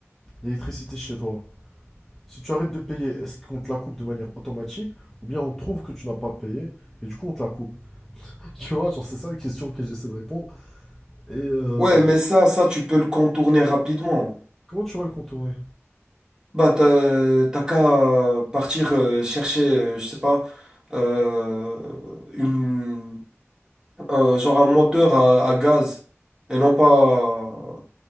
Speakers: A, in the centre; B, on the right.
A: l'électricité chez toi, si tu arrêtes de payer, est-ce qu'on te la coupe de manière automatique? Ou bien on trouve que tu n'as pas payé et du coup on te la coupe? <laughs> Tu vois, genre c'est ça la question que j'essaie de répondre. Et euh,
B: Ouais, mais ça, ça, tu peux le contourner rapidement.
A: comment tu vas le contourner?
B: Bah, t'as, t'as qu'à partir euh, chercher, euh, je sais pas, euh, une euh, genre un moteur à, à gaz et non pas